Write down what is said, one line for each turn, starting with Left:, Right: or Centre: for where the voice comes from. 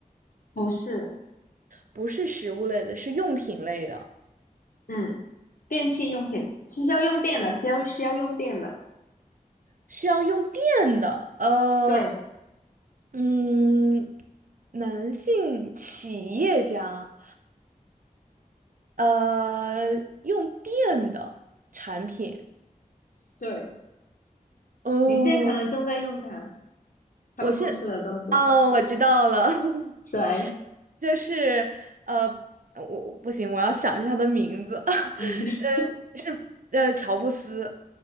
Left: 不是，
Right: 不是食物类的，是用品类的，
Left: 嗯，电器用品是要用电的，需要需要用电的。
Right: 需要用电的。呃，
Left: 对
Right: 嗯，男性企业家，呃，用电的产品。
Left: 对，
Right: 哦，
Left: 你现在可能正在用它，他们公司的东西，
Right: 我现，哦，我知道了，<laughs>
Left: 谁？
Right: 就是呃，我不行，我要想一下他的名字，<laughs>
Left: 嗯，<laughs>
Right: 是呃，乔布斯。